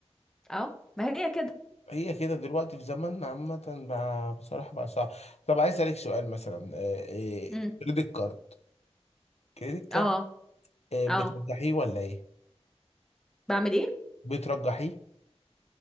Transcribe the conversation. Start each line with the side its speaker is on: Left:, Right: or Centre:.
Centre: اه ما هي كده
Left: هي كده دلوقتي في زماننا عامة بقى بصراحة بقى صعب طب عايز أسألك سؤال مثلا آه، آه،
Centre: امم
Left: كريدت كارد كريدت كارد
Centre: اه
Left: آه، بترجحيه
Centre: اه
Left: ولا إيه؟
Centre: بعمل ايه
Left: بترجحيه